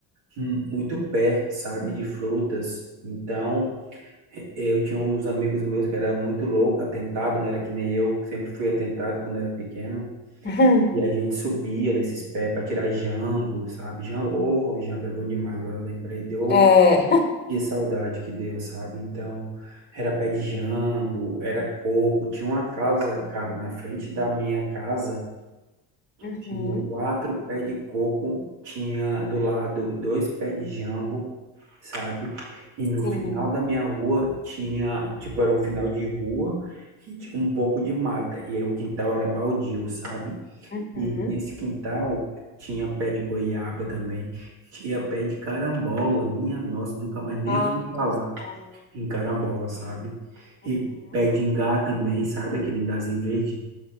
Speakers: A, on the right; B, on the left.
A: hum, muito pé, sabe, de frutas. Então, eh, eu tinha uns amigos meus que era muito louco, atentado, não era que nem eu, sempre fui atentado quando eu era pequeno.
B: Uhum.
A: E a gente subia nesses pés para tirar jambo, sabe? Jambo, oh, jambo é bom demais, agora eu lembrei, deu,
B: É.
A: que saudade que deu, sabe? Então, era pé de jambo, era coco, tinha uma casa, cara, na frente da minha casa
B: Uhum.
A: tinha quatro pés de coco, tinha do lado dois pés de jambo, sabe? E no
B: Sim.
A: final da minha rua tinha, tipo, era um final de rua e tinha um pouco de mata. E aí o quintal era baldio, sabe?
B: Uhum.
A: E nesse quintal tinha pé de goiaba também, tinha pé de carambola, minha nossa, nunca mais nem
B: Ah,
A: ouvi falar
B: coisa boa.
A: em carambola, sabe?
B: Uhum.
A: E pé de ingá também, sabe? Aquele ingazinho verde.